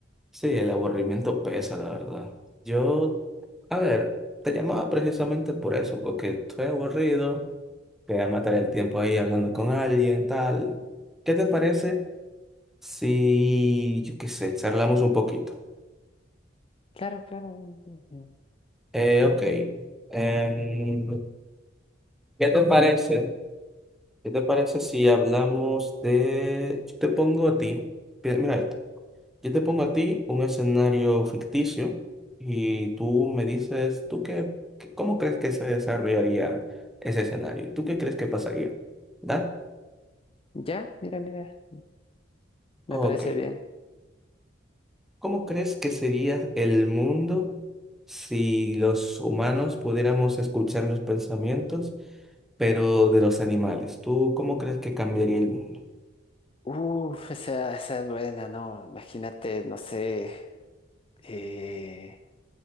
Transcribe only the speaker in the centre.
Sí, el aburrimiento pesa, la verdad. Yo, a ver, te llamaba precisamente por eso, porque estoy aburrido, quería matar el tiempo ahí hablando con alguien, tal. ¿Qué te parece si, yo qué sé, charlamos un poquito?
Eh, ok. em, ¿qué te parece? ¿Qué te parece si hablamos de... Yo te pongo a ti, pi- mira esto, yo te pongo a ti un escenario ficticio y tú me dices, ¿tú qué, qué- cómo crees que se desarrollaría ese escenario? ¿Tú qué crees que pasaría? ¿Da?
Ok.
¿Cómo crees que sería el mundo si los humanos pudiéramos escuchar los pensamientos, pero de los animales? ¿Tú cómo crees que cambiaría el mundo?